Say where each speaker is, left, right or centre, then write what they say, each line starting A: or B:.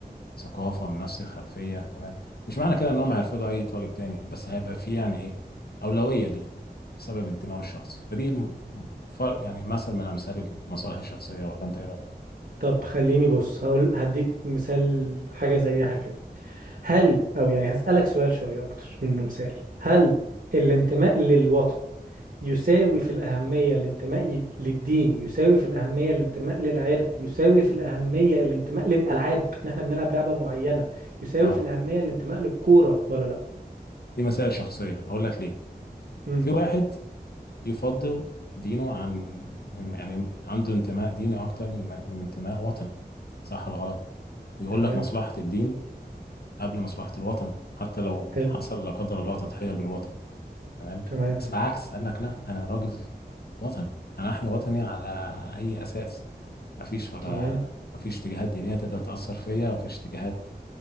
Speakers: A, on the left; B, on the right.
A: الثقافة بنفس الخلفية تمام مش معنى كده انهم هيرفضوا اي طالب تاني بس هيبقى في يعني ايه اولويه ليه بسبب انتمائه الشخصي فدي م- فرق يعني مثل من امثال المصالح الشخصيه ولا انت ايه رايك
B: طب خليني بص هقول هديك مثال حاجة زيها كده هل او يعني هسألك سؤال شوية اكتر منه مثال هل الانتماء للوطن يساوي في الأهمية الانتماء ي- للدين يساوي في الأهمية الانتماء للعرق يساوي في الأهمية الانتماء للألعاب إن إحنا بنلعب لعبة معينة يساوي
A: اه
B: في الأهمية الانتماء للكورة ولا لأ؟
A: دي مسائل شخصيه اقول لك ليه
B: امم
A: في واحد يفضل دينه عن يعني عنده انتماء ديني اكتر من من انتماء وطني صح ولا غلط ويقول
B: تمام
A: لك مصلحه الدين قبل مصلحه الوطن حتى لو
B: حلو
A: حصل لا قدر الله تضحيه بالوطن تمام
B: تمام
A: بس العكس قال لك لا انا راجل وطني انا احمي وطني على اي اساس مفيش ولا
B: تمام
A: مفيش اتجاهات دينيه تقدر تاثر فيا مفيش اتجاهات